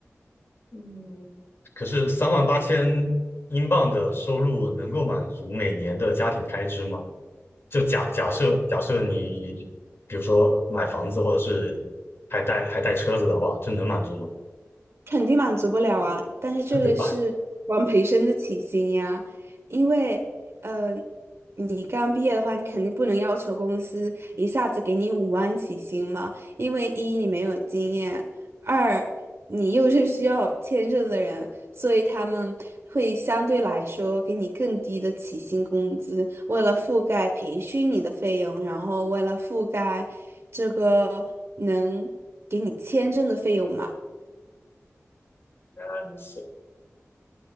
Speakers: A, on the left; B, on the right.
A: 嗯，可是三万八千英镑的收入能够满足每年的家庭开支吗？就假假设假设你比如说买房子或者是还带还带车子的话，这能满足吗？
B: 肯定满足不了啊，但是这个是管培生的起薪呀，
A: <laughs> 对吧？
B: 因为，呃，你刚毕业的话，你肯定不能要求公司一下子给你五万起薪嘛，因为一你没有经验，二你又是需要签证的人，所以他们会相对来说给你更低的起薪工资，为了覆盖培训你的费用，然后为了覆盖这个能给你签证的费用嘛。
A: 原来如此。